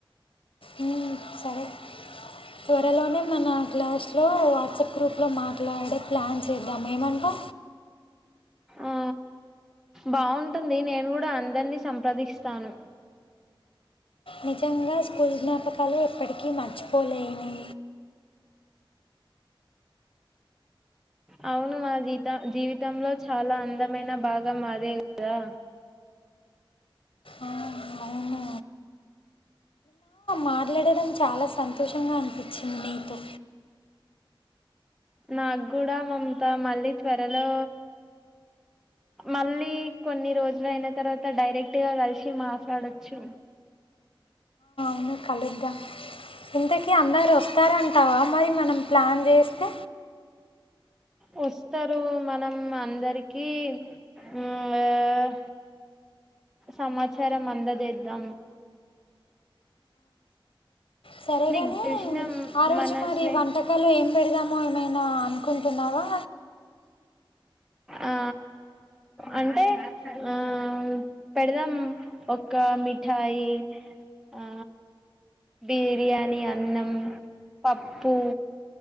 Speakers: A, on the left; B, in the centre.
A: మ్మ్, సరే త్వరలోనే మన క్లాస్లో వాట్సాప్ గ్రూప్లో మాట్లాడే ప్లాన్ చేద్దాం ఏమంటా
B: ఆ బాగుంటుంది నేను కూడా అందరినీ సంప్రదిస్తాను
A: నిజంగా స్కూల్ జ్ఞాపకాలే ఎప్పటికీ మర్చిపోలేని
B: అవును మా జీత జీవితంలో చాలా అందమైన భాగం అదే కదా
A: ఆ, అవును మాట్లాడటడం చాలా సంతోషంగా అనిపించింది నీతో
B: నాకు కూడా మమతా మళ్ళీ త్వరలో మళ్ళీ కొన్ని రోజులు అయిన తర్వాత డైరెక్ట్గా కలిసి మాట్లాడచ్చు
A: హు కలుద్దాం ఇంతకి అందరు వస్తారన్ తావా మరి మనం ప్లాన్ చేస్తే
B: వస్తారు మనం అందరికి హ్ ఆ సమాచారం అంద చేద్దాం
A: సరేగాని
B: నీకు తెలిసిన
A: ఆ రోజు
B: మన
A: మరి
B: స్నే
A: వంటకాలు ఏం పెడదాం ఏమో ఏమైనా అనుకుంటున్నారా
B: ఆ అంటే ఆ పెడదాం ఒక మిఠాయి, ఆ బిర్యానీ, అన్నం, పప్పు.